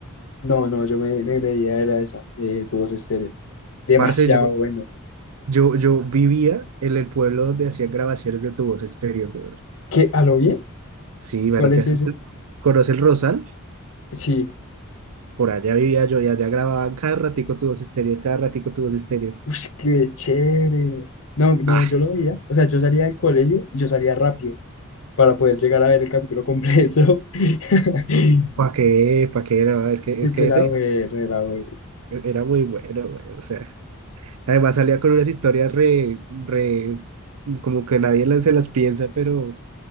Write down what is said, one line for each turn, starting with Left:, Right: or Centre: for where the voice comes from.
Left: No, no, yo me, me veía era esa, eh, tu voz estéreo. Demasiado
Right: Parce, yo,
Left: bueno.
Right: yo, yo vivía en el pueblo donde hacían grabaciones de tu voz estéreo, brother.
Left: ¿Qué? ¿A lo bien?
Right: Sí,
Left: ¿Cuál
Right: marica.
Left: es ese?
Right: ¿Conoce el Rosal?
Left: Sí.
Right: Por allá vivía yo y allá grababan cada ratico tu voz estéreo, cada ratico tu voz estéreo.
Left: Uy, qué chévere. No, no,
Right: Ah,
Left: yo lo veía. O sea, yo salía del colegio y yo salía rápido. para poder llegar a ver el capítulo completo. <laughs>
Right: ¿para qué? ¿Para qué? No, es que,
Left: Es
Right: es que
Left: que era
Right: ese
Left: bueno, era bueno.
Right: era muy bueno, güey, O sea, además salía con unas historias re, re, como que nadie las- se las piensa, pero